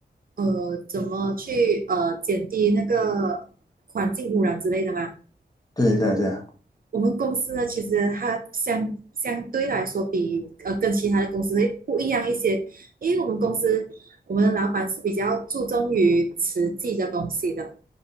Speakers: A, on the right (about 55°); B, on the left (about 20°).
A: 呃，怎么去呃减低那个环境污染之类的嘛？
B: 对对对，
A: 我们公司呢，其实它相相对来说比呃跟其他的公司会不一样一些，因为我们公司我们的老板是比较注重于实际的东西的，